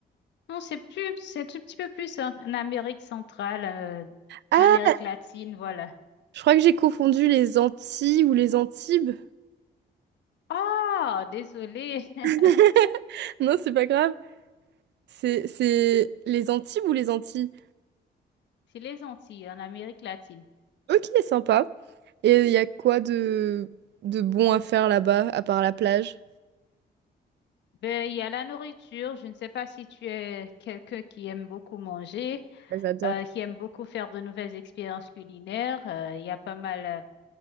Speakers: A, on the left; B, on the right.
A: Non, c'est plus, c'est un tout petit peu plus en, en Amérique centrale, euh,
B: Ah,
A: en Amérique latine, voilà.
B: je crois que j'ai confondu les Antilles ou les Antibes.
A: Oh, désolé, <laughs>
B: <laughs> Non, c'est pas grave. C'est, c'est les Antibes ou les Antilles?
A: c'est les Antilles, en Amérique latine.
B: Ok, sympa. Et il y a quoi de, de bon à faire là-bas, à part la plage?
A: Ben, il y a la nourriture. Je ne sais pas si tu es quelqu'un qui aime beaucoup manger.
B: Ah, J'adore.
A: euh, qui aiment beaucoup faire de nouvelles expériences culinaires. Euh, Il y a pas mal, euh,